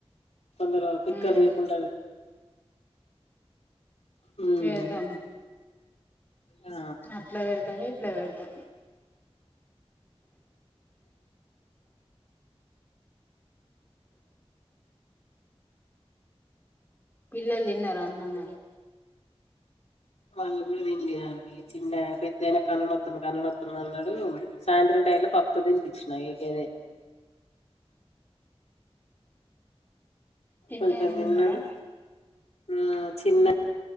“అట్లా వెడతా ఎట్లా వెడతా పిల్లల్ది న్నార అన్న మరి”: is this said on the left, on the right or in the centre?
Left